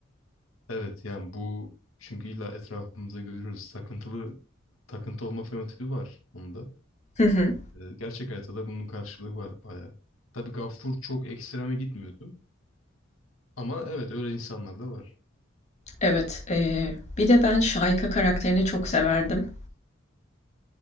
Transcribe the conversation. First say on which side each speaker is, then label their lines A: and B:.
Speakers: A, on the left; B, on the left.
A: Evet yani bu çünkü illa etrafımızda görüyoruz. Takıntılı takıntı olma fenotipi var onda.
B: Hı hı.
A: Ee, gerçek hayatta da bunun karşılığı var bayağı. Tabii Gaffur çok ekstreme gitmiyordu. Ama evet öyle insanlar da var.
B: Evet, eee, bir de ben Şahika karakterini çok severdim.